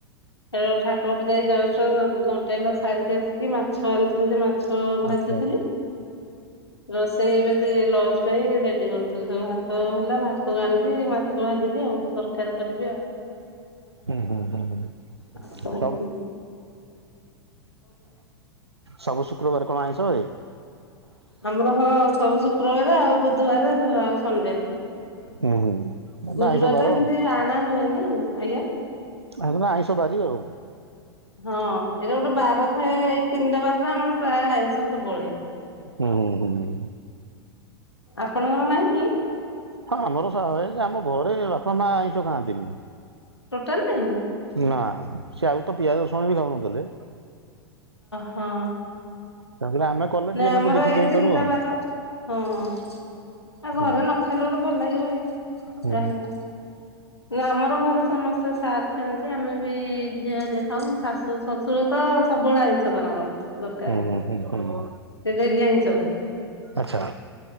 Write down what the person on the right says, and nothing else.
ଆଚ୍ଛା ଆଚ୍ଛା
ହୁଁ ହୁଁ ହୁଁ
ସବୁ
ସବୁ ଶୁକ୍ରବାର କଣ ଆଇଁଷ ହଏ?
ହୁଁ ହୁଁ।
ନା ଆଇଁଷ ବାର
ଆଉ
<unintelligible> ଆଇଁଷ ବାରିବ ଆଉ
ହୁଁ ହୁଁ ହୁଁ।
ହଁ ଆମର ଆମ ଘରେ ବାପା ମା ଆଇଁଷ ଖାଆନ୍ତିନି।
ନା ସେ ଆଉ ତ ପିଆଜ ରସୁଣ ବି ଖାଉନଥିଲେ।
ତାପରେ ଆମେ କଲେ ଟିକେ
ନାକୁ
ଦେଖି
ଚାହିଁ
କରୁ ଆଉ।
ହୁଁ
ହୁଁ
ହୁଁଁ ହୁଁ ହୁଁ ହୁଁ
ଆଚ୍ଛା।